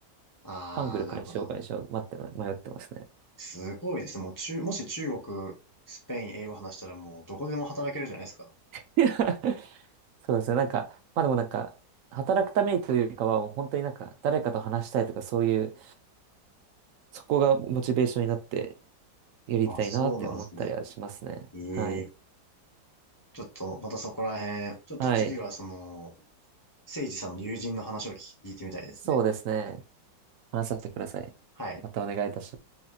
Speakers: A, on the left; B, on the right.
A: ああ、
B: ハングルかにしようかにしよう、
A: なるほど。
B: 待って、迷ってますね。
A: すごいです。もう中、もし中国、スペイン、英語話したらもうどこでも働けるじゃないですか。
B: <laughs> そうですね。なんか、まあでもなんか、働くためにというよりかは、もう本当になんか、誰かと話したいとか、そういう、そこがモチベーションになって、やりたいなって思ったりはしますね。
A: あ、そうなんですね。ええ
B: はい。
A: ちょっと、またそこら辺、ちょっと次はその、
B: はい。
A: 誠治さんの友人の話を聞いてみたいですね。
B: そうですね。話させてください。
A: はい。
B: またお願いいたします。